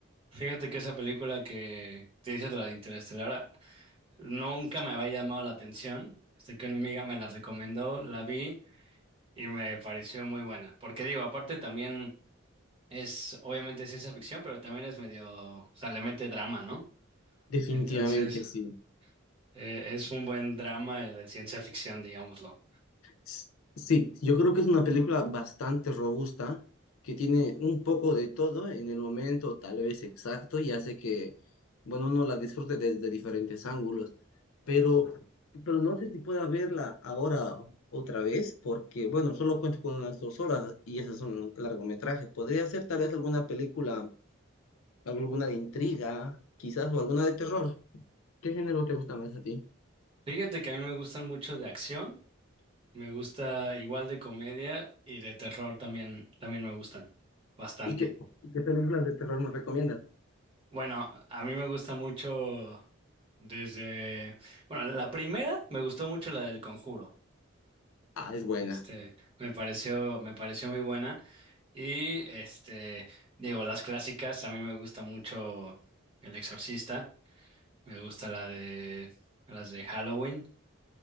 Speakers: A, on the right; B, on the left.
A: fíjate que esa película que te dices, la de Interestelar, nunca me había llamado la atención. Hasta que una amiga me la recomendó, la vi y me pareció muy buena. Porque digo, aparte también es obviamente ciencia ficción, pero también es medio, o sea, le mete drama, ¿no?
B: Definitivamente
A: Entonces...
B: sí.
A: Eh, es un buen drama de ciencia ficción, digámoslo.
B: S- Sí, yo creo que es una película bastante robusta, que tiene un poco de todo en el momento tal vez exacto y hace que, bueno, uno la disfrute desde diferentes ángulos, pero, pero no sé si pueda verla ahora otra vez, porque, bueno, solo cuento con unas dos horas y esas son largometrajes. Podría ser tal vez alguna película, alguna de intriga, quizás, o alguna de terror. ¿Qué género te gusta más a ti?
A: Fíjate que a mí me gustan mucho de acción, me gusta igual de comedia y de terror también, también me gustan bastante.
B: ¿Y qué, y qué películas de terror me recomiendas?
A: Bueno, a mí me gusta mucho desde, bueno, la primera me gustó mucho la del Conjuro.
B: Ah, es buena.
A: Este, me pareció, me pareció muy buena. Y este, digo, las clásicas, a mí me gusta mucho El Exorcista, me gusta la de, las de Halloween.